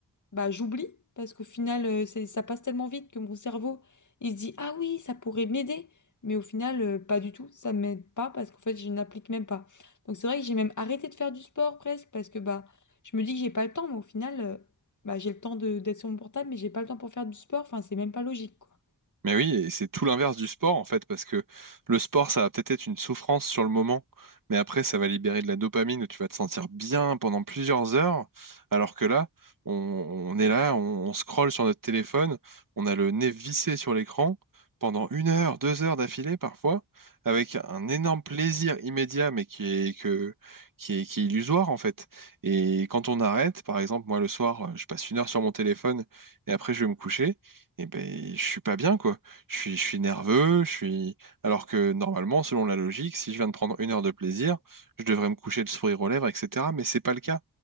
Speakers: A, on the left; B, on the right.
A: bah, j'oublie parce qu'au final, euh, c'est, ça passe tellement vite que mon cerveau, il se dit, ah oui, ça pourrait m'aider. Mais au final, euh, pas du tout, ça m'aide pas parce qu'en fait, je n'applique même pas. Donc c'est vrai que j'ai même arrêté de faire du sport presque parce que bah, je me dis que j'ai pas le temps, mais au final, euh, bah, j'ai le temps de- d'être sur mon portable, mais j'ai pas le temps pour faire du sport. Enfin, c'est même pas logique, quoi.
B: Mais oui, et c'est tout l'inverse du sport en fait, parce que le sport, ça va peut-être être une souffrance sur le moment, mais après, ça va libérer de la dopamine où tu vas te sentir bien pendant plusieurs heures, alors que là, on, on est là, on, on scrolle sur notre téléphone, on a le nez vissé sur l'écran pendant une heure, deux heures d'affilée parfois, avec un énorme plaisir immédiat, mais qui est, que, qui est, qui est illusoire en fait. Et quand on arrête, par exemple, moi le soir, je passe une heure sur mon téléphone et après je vais me coucher et ben je suis pas bien quoi. Je suis, je suis nerveux, je suis. Alors que normalement, selon la logique, si je viens de prendre une heure de plaisir, je devrais me coucher le sourire aux lèvres, etc. Mais c'est pas le cas